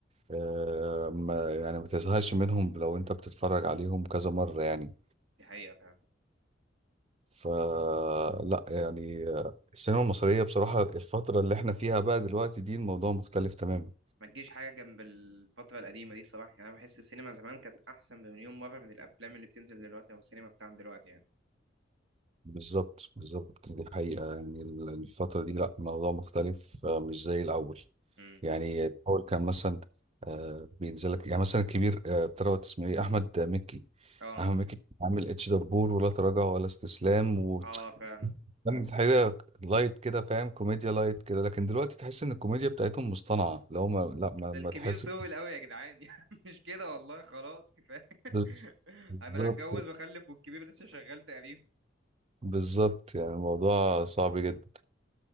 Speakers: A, on the right; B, on the right.
A: آه ما يعني ما تزهقش منهم لو أنت بتتفرج عليهم كذا مرة يعني
B: دي حقيقه فعلا
A: فلا يعني آه، السينما المصرية بصراحة الفترة اللي احنا فيها بقى دلوقتي دي الموضوع مختلف تماما
B: ما تجيش حاجه جنب الفتره القديمه دي صراحه يعني انا بحس السينما زمان كانت احسن بمليون مره من الافلام اللي بتنزل دلوقتي او السينما بتاعنا دلوقتي يعني
A: بالظبط بالظبط دي حقيقة يعني ال- الفترة دي لا الموضوع مختلف آه، مش زي الأول
B: امم
A: يعني الأول كان مثلا آه، بينزلك يعني مثلا الكبير آه، بتروت اسمه ايه أحمد مكي
B: اه
A: أحمد مكي كان عامل اتش دبور ولا تراجع ولا استسلام و
B: اه فعلا
A: كانت حاجة لايت كده فاهم كوميديا لايت كده لكن دلوقتي تحس ان الكوميديا بتاعتهم مصطنعة لو ما لا ما,
B: ده
A: ما
B: الكبير
A: تحسش
B: طول قوي يا جدعان <laughs> يعني مش كده والله خلاص كفايه
A: بز-
B: <laughs>
A: بالظبط
B: انا هتجوز واخلف والكبير لسه شغال تقريبا
A: بالظبط يعني الموضوع صعب جدا